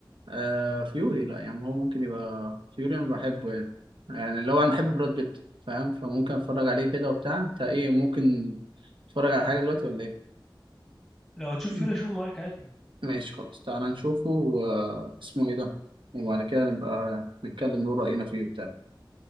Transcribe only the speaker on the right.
آه فيوري لا يعني هو ممكن يبقى فيوري انا بحبه يعني يعني لو انا بحب براد بيت فاهم فممكن اتفرج عليه كده وبتاع انت ايه ممكن تتفرج على حاجه دلوقتي ولا ايه
مم.
ماشي خلاص تعالى نشوفه واسمه ايه ده وبعد كده نبقى نتكلم نقول راينا فيه وبتاع